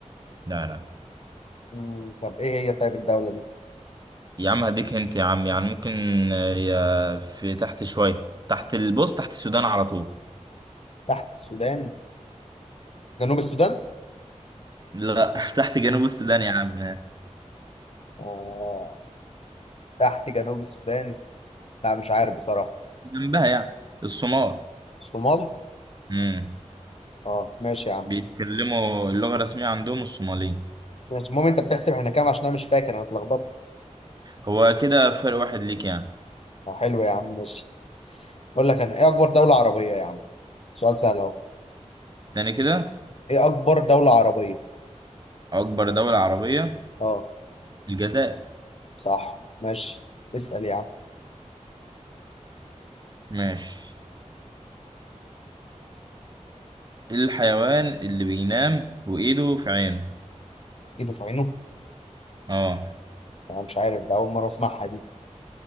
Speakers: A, on the right; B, on the left.
A: لا لا
B: مم، طب ايه هي طيب الدولة دي
A: يا عم هديك انت يا عم يعني ممكن آه، يا- في تحت شوية تحت البوست تحت السودان على طول
B: تحت السودان جنوب السودان
A: لا <laughs> تحت جنوب
B: مم.
A: السودان يا عم
B: اه تحت جنوب السودان لا مش عارف بصراحة
A: جنبها يعني الصومال
B: الصومال
A: امم
B: اه ماشي يا عم
A: بيتكلموا اللغة الرسمية عندهم الصومالية
B: ماشي المهم انت بتحسب احنا كام عشان انا مش فاكر انا اتلخبطت
A: هو كده فرق واحد ليك يعني
B: اه حلو يا عم ماشي اقول لك انا ايه اكبر دولة عربية يا عم سؤال سهل اهو
A: تاني كده
B: ايه اكبر دولة عربية
A: أكبر دولة عربية
B: اه
A: الجزائر
B: صح ماشي اسأل يا عم
A: ماشي إيه الحيوان اللي بينام وإيده في عينه
B: ايده في عينه
A: اه
B: انا مش عارف ده اول مرة اسمعها دي